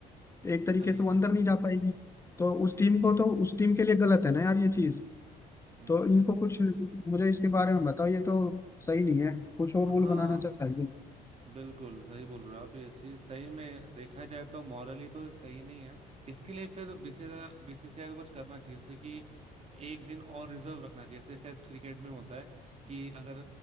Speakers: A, on the left; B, on the right.
A: तो एक तरीके
B: सही
A: से वो अंदर
B: बोल
A: नहीं
B: रहे हैं
A: जा पाएगी तो उस टीम को
B: हम्म
A: तो उस टीम के लिए गलत है ना यार ये चीज
B: हम्म
A: तो इनको कुछ मुझे इसके बारे में बताओ ये तो सही नहीं है कुछ और
B: हाँ
A: रूल बनाना चाहिए
B: बिल्कुल सही बोल रहे हो आप ये चीज सही में देखा जाए तो मॉरली तो सही नहीं है इसके लिए फिर बीसीसीआई बीसीसीआई को कुछ करना चाहिए जैसे कि एक दिन और रिजर्व रखना चाहिए जैसे टेस्ट क्रिकेट में होता है कि अगर